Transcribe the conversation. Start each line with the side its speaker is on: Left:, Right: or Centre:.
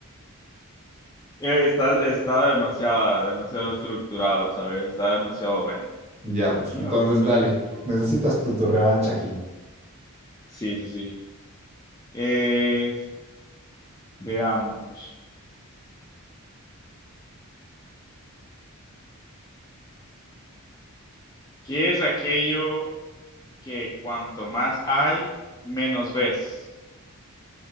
Left: Eh, Está, está demasiado, demasiado estructurado, ¿sabes? Está demasiado bueno.
Right: Ya, pues,
Left: ¿Qué
Right: entonces
Left: iba a pasar
Right: dale.
Left: con un ataúd?
Right: Necesitas tu, tu revancha aquí.
Left: Sí, sí, sí. Eh, veamos. ¿Qué es aquello? que cuanto más hay, menos ves.